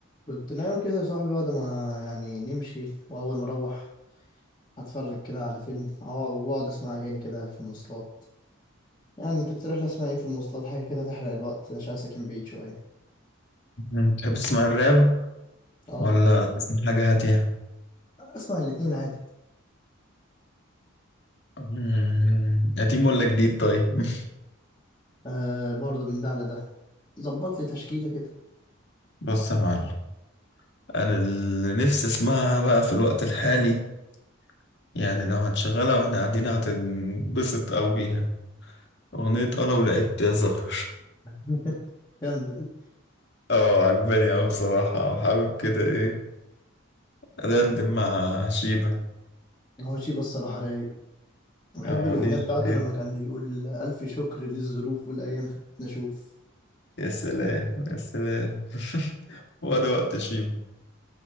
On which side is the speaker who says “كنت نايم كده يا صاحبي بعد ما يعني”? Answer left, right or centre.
Left